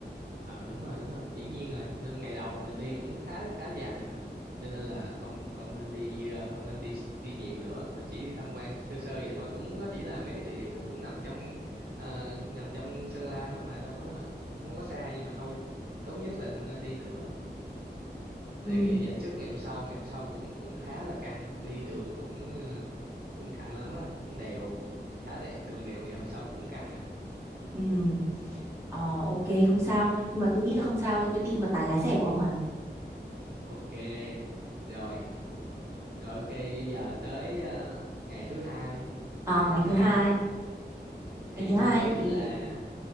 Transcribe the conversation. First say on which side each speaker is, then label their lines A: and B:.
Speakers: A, on the right; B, on the right.
A: ừ đúng rồi đúng rồi dĩ nhiên rồi nên ngày đầu mình đi cũng khá khá dài rồi cho nên là không không nên đi ờ, không nên đi đi nhiều nữa mình chỉ đi tham quan sơ sơ vậy thôi cũng nó chỉ là mấy cái địa điểm nó cũng nằm trong ờ, nằm trong Sơn La thôi mà đâu có không có xa nhưng mà thôi tốt nhất là không nên đi nữa
B: ừ
A: để nghỉ dành sức ngày hôm sau ngày hôm sau cũng cũng khá là căng đi đường cũng ờ, cũng căng lắm á cũng đèo khá đè đường đèo ngày hôm sau cũng căng
B: ừ Ờ ok không sao nhưng mà tôi nghĩ là không sao tôi tin vào tài lái xe của ông mà
A: Ok, rồi, rồi ok, bây giờ tới ờ, ngày thứ hai.
B: Ờ,
A: Ngày thứ
B: ngày
A: hai
B: thứ hai
A: thì
B: ngày thứ hai
A: tôi nghĩ
B: thì
A: là